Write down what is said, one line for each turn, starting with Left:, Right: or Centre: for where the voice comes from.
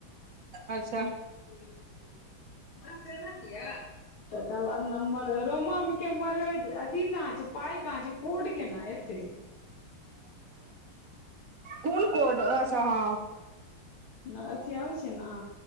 Right: अच्छा
Left: <unintelligible> तकर बाद नम्बर रोमा के मोबाइल अथी कहाँ छय पाइ कहाँ छै कोड केना एतै
Right: कोन कोड अच्छा हं
Left: नय अथी आबै छै ने